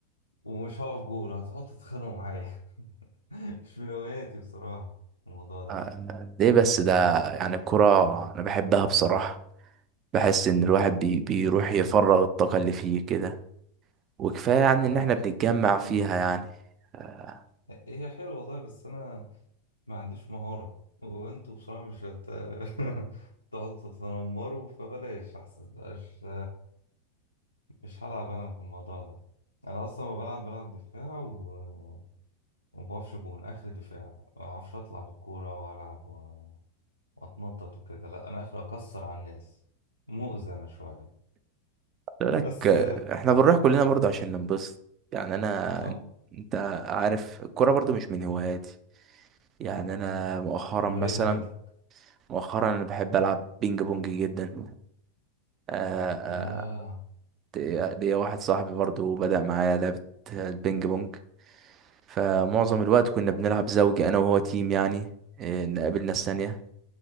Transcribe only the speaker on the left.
ومش هقف جول هتقعدوا تتخانقوا معايا <laughs> مش من هواياتي بصراحة الموضوع ده
والله
هي حلوة
هي حلوة والله بس أنا ما عنديش مهارة وأنتوا بصراحة مش هت... <laughs> تقعدوا تتنمروا فبلاش أحسن بلاش مش هلعب انا في الموضوع ده انا اصلا ما بلعب بلعب دفاع و... وما بعرفش جون اخر دفاع ما بعرفش اطلع بالكوره والعب و... واتنطط وكده لا انا اخر اكسر على الناس مؤذي انا شويه
بس
اه
امال
ايه هوايتك
يا